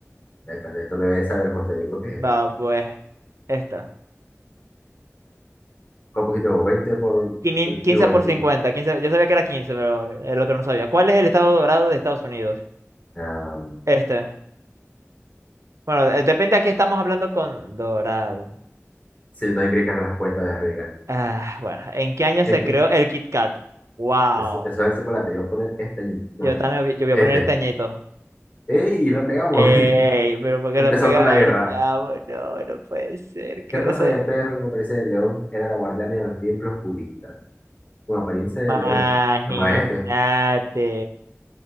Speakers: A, on the left; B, on the right.
A: Vete, esto lo debe saber José, yo creo que es esta.
B: Va, pues. Esta.
A: ¿Cuál pusiste vos? 20 por...
B: Quinin- 15
A: Digo, veinte,
B: por 50 quince yo sabía que era quince pero el otro no sabía. ¿Cuál es el estado dorado de Estados Unidos?
A: Ah,
B: Este. Bueno, eh, depende, aquí estamos hablando con dorado.
A: sí, yo también creí que era la respuesta de Las Vegas.
B: Ah, bueno, ¿en qué año se
A: ¿En qué?
B: creó el Kit Kat? Wow.
A: Eso, eso es el chocolate. Yo voy a poner este. añi- No,
B: Yo
A: es
B: también vi- yo voy
A: este.
B: a poner este añito.
A: ¡Ey! La pegamos.
B: Ey,
A: <laughs>
B: pero ¿por qué
A: Empezando
B: lo pegáis,
A: la guerra.
B: chavo? No, no puede ser. ¿Qué
A: ¿Qué raza
B: raza?
A: de
B: es?
A: perro con apariencia de león era la guardiana de los templos budistas? Con apariencia de
B: Imagínate.
A: león. Nomás es este.